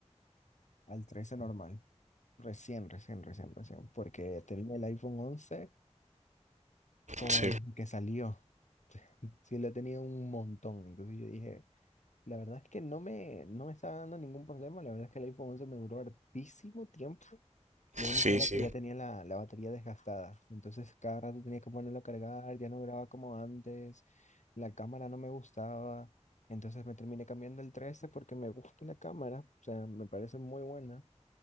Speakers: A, on the left (about 80°); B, on the right (about 80°).
A: Al 13 normal. Recién, recién, recién, recién. Porque tenía el iPhone 11 como
B: Sí,
A: desde que salió. Sí, lo he tenido un montón. Entonces yo dije, la verdad es que no me, no me estaba dando ningún problema. La verdad es que el iPhone 11 me duró hartísimo tiempo. Lo único
B: sí,
A: era
B: sí.
A: que ya tenía la, la batería desgastada. Entonces cada rato tenía que ponerlo a cargar. Ya no grababa como antes. La cámara no me gustaba. Entonces me terminé cambiando el 13 porque me gusta la cámara. O sea, me parece muy buena.